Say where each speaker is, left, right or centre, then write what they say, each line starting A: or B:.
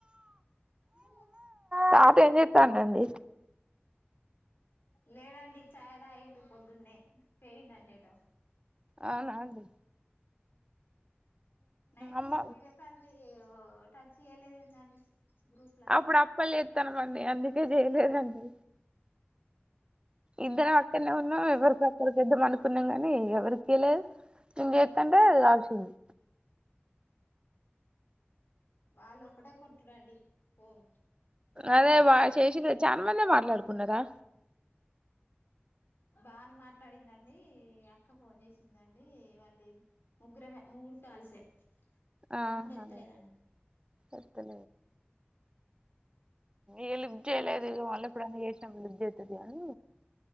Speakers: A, on the left; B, on the right.
A: ఉ
B: తాత ఏం చెతానండి
A: లేడండి చాయ్ తాగిండు పొద్దున్నే పోయిండండి ఏటో
B: అవునా అండి
A: నైట్
B: అమ్మ
A: వీడియో కాల్ ది ఈ టచ్ చేయలేదు ఏందండి గ్రూప్ లా
B: అప్పుడు అప్పలే తనమని అందుకే చేయలేదండి ఇద్దరం అక్కనే ఉన్న
A: వాళ్ళు
B: ఇవరుసక్కకిద్ద మనకు న్నాం కానీ ఎవరికే ఇం అంటే కాల్సింది
A: వాళ్ళు ఒక్కటే కొట్టుడండి పోను
B: అదే వా చేసిి తెచ్చ చానా మంది మాట్లాడుకున్నారా
A: బానే మాట్లాడిందండి అక్క ఫోన్ చేసిందండి వాళ్ళు ముగ్గురమే మూడు కాల్సే
B: ఆహా
A: తమ్ముడు ఎత్తలేదండి
B: ఎతే ఏలి చేయలేదు ఇ వాళ్ళ ఇప్పుడు అ అవుతుంది కానీ